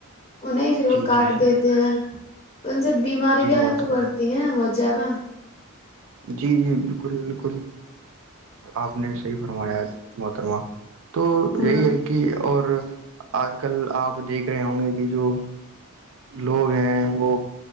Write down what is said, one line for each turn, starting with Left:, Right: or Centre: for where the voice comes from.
Left: وہ نہیں پھر وہ
Right: جی
Left: کاٹ
Right: جی جی
Left: دیتے ہیں تو ان سے بیماری
Right: جی
Left: بھی
Right: محترمہ
Left: تو بڑتی ہے بہت زیادہ
Right: جی جی بالکل بالکل آپ نے صحیح فرمایا محترمہ تو
Left: ہاں
Right: یہی ہے کہ اور آج کل آپ دیکھ رہے ہوں گے کہ جو لوگ ہیں وہ